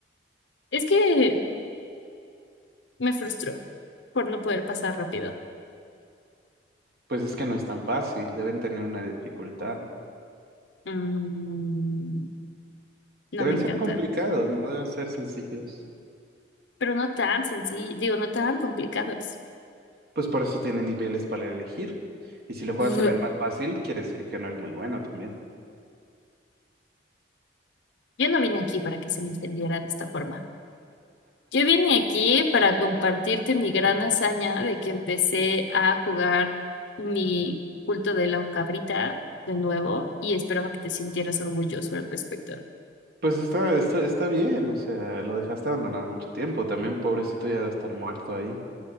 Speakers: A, on the left; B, on the right.
A: Es que me frustró por no poder pasar rápido.
B: Pues es que no es tan fácil, deben tener una dificultad.
A: Mm, No
B: Deben
A: me encantan.
B: ser complicados, no deben ser sencillos.
A: Pero no tan sencillo, digo, no tan complicados.
B: Pues por eso tienen niveles para elegir. Y si lo juegas
A: Ugh.
B: en el más fácil, quiere decir que no eres muy bueno también.
A: Yo no vine aquí para que se me ofendiera de esta forma. Yo vine aquí para compartirte mi gran hazaña de que empecé a jugar mi culto de la cabrita de nuevo y esperaba que te sintieras orgulloso al respecto.
B: Pues está, esto está bien, o sea, lo dejaste abandonado mucho tiempo. También pobrecito ya de estar muerto ahí.